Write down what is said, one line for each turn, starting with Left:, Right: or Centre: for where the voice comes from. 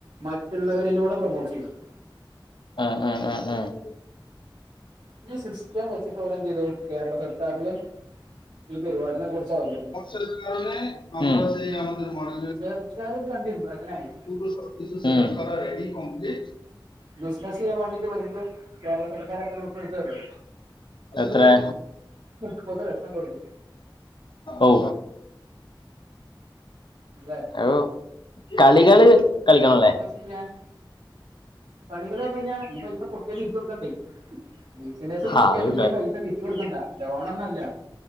Right: മറ്റുള്ളവരിലൂടെ പ്രമോട്ട് ചെയ്തു. <unintelligible>
Left: ആഹ് ആഹ് ആഹ് ആഹ്
Right: ഇള്ള സിസ്റ്റം വെച്ചിട്ട് ഓലെന്തെയ്തു കേരള സർക്കാരില് ഈ പരുപാടിനെകുറിച്ച് അവതരിപ്പിച്ചു.
Left: <unintelligible> ഉം.
Right: ചെർക്കാര് ഇത് കണ്ട് ഇംപ്രഷനായി.
Left: ഉം.
Right: ബിസിനസ് ചെയ്യാൻ വാണ്ടിയിട്ട് ഇവർക്ക് കേരള സർക്കാർ എത്തറ ഉർപ്യ കൊടുത്തുന്ന് അറിയോ?
Left: എത്രേ
Right: മുപ്പത് ലക്ഷം കൊടുത്തു.
Left: ഔ
Right: മനസ്സിലായോ
Left: അത് കളികള് കളിക്കണല്ലേ?
Right: ചെയ്യാനും കളികള്ന്ന് പർഞയിഞ്ഞാ ഈ പൈസ പൊട്ടിയാ തിരിച്ചു കൊടുക്കണ്ടേ? ബിസിനസ്സ് പൊട്ടിയാലും
Left: ആ അതുണ്ട്
Right: ഈ പൈസ തിരിച്ചു കൊടുക്കണ്ട. ലോണൊന്നു അല്ല.